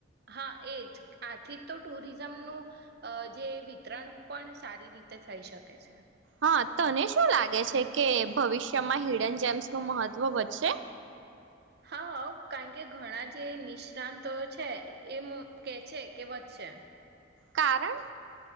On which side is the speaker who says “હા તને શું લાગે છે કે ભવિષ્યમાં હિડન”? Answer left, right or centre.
Right